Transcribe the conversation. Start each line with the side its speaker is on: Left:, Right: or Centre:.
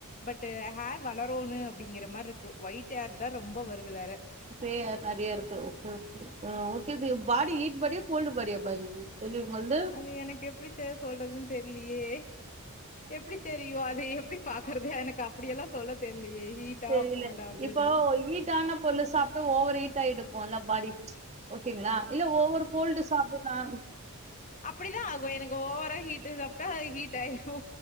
Left: பட் ஹேர் வளரும்ன்னனு அப்படிங்கிற மாதிரி இருக்கு ஒயிட் ஹேர் தான் ரொம்ப வருது வேற
Right: சே ஹேர் நெறைய இருக்கு ஓகே ஓகே ஆ ஓகே ஜி பாடி ஹீட் பாடியா கோல்டு பாடியா பா <unintelligible>
Left: அது எனக்கு எப்பிடி சொல்றதுன் தெரிலிலே எப்படி தெரியு அது எப்டி பாக் கற்து எனக்கு அப்படியெல்லாம் சொல்ல தெரியலையே ஹீட்டா
Right: தெரியல
Left: கோல்டா அப்படின்
Right: இப்போ ஹீட்டான பொருள சாப்டா ஓவர் ஹீட் ஆயிக்குல பாடி ஓகேங்ளா இல்ல ஓ கோல்டு சாப்டு நான்
Left: அப்படிதா ஆகு எனக்கு ஓவரா ஹீட்டு சாப்டா ஹீட் ஆயிடு